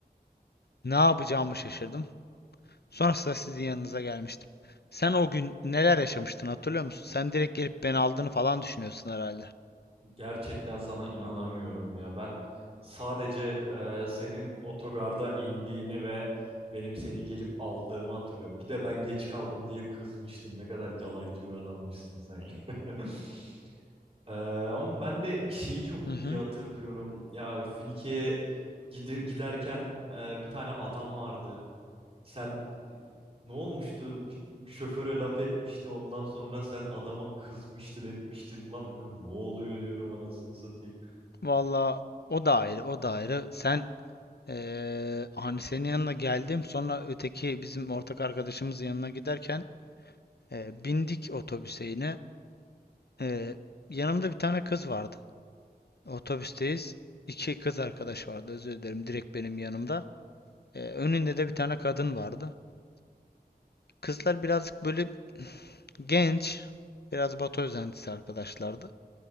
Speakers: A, on the left; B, on the right.
A: Ne yapacağımı şaşırdım. Sonrasında sizin yanınıza gelmiştim. Sen o gün neler yaşamıştın hatırlıyor musun? Sen direkt gelip beni aldığını falan düşünüyorsun herhalde.
B: Gerçekten sana inanamıyorum ya. Ben sadece e, senin otogarda indiğini ve benim seni gelip aldığımı hatırlıyorum. Bir de ben geç kaldım diye kızmıştım. Ne kadar yalancı bir adammışsın sen. ya. <laughs> Ee, ama ben de şeyi çok
A: Hı hı.
B: iyi hatırlıyorum. Ya Finike'ye gider, giderken e, bir tane adam vardı. Sen ne olmuştu? Bir Şoföre laf etmişti. Ondan sonra sen adama kızmıştın, etmiştin. Lan diyorum ne oluyor diyorum anasını satayım.
A: Valla o da ayrı, o da ayrı. Sen eee hani senin yanına geldim, sonra öteki bizim ortak arkadaşımızın yanına giderken eee, bindik otobüse yine. Eee, yanımda bir tane kız vardı. Otobüsteyiz. İki kız arkadaş vardı, özür dilerim. Direkt benim yanımda. Eee, önünde de bir tane kadın vardı. Kızlar birazcık böyle genç, biraz Batı özentisi arkadaşlardı.